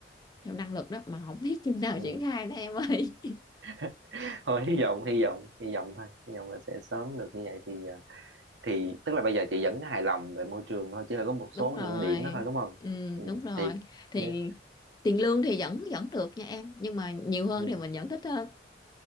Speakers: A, on the left (about 20°); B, on the right (about 80°).
A: theo năng lực đó mà không biết chừng nào
B: ừ
A: triển khai nữa em ơi.
B: <laughs> thôi hy vọng hy vọng hy vọng thôi hy vọng là sẽ sớm được như vậy thì thì tức là bây giờ chị vẫn hài lòng về môi trường thôi chỉ là có một
A: <laughs>
B: số
A: Đúng rồi.
B: những điểm đó thôi đúng không
A: Ừ,
B: ừ,
A: đúng rồi.
B: thiệt
A: Thì
B: nhé
A: tiền lương thì vẫn vẫn được nha em, nhưng mà nhiều hơn
B: ừ.
A: thì mình vẫn thích hơn.